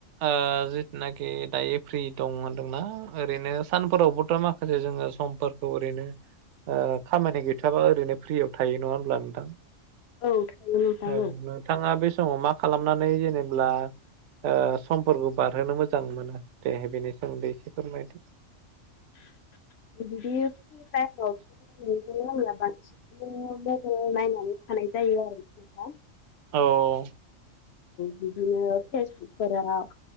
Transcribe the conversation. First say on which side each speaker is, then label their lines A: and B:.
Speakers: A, on the right; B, on the left.
A: ओ जिथुनाखि दा एप्रि दं होनदोंना ओरैनो सानफोरावबोथ मा आरो जोङो समफोरखौ ओरैनो ओ खामानि गैथाबा ओरैनो फ्रियाव थायो नङा होनब्ला नोंथां?
B: औ थायो नोंथां
A: औ नोंथाङा बे समाव मा खालामनानै जेनेब्ला ओ समफोरखौ बारहोनो मोजां मोनो दे बेनि सोमोन्दै एसे फोरमायदो।
B: बिदि <unintelligible> गासिबो नायनानै थानाय जायो आरो खायफा
A: औ
B: बिदिनो फेसबुकफोरा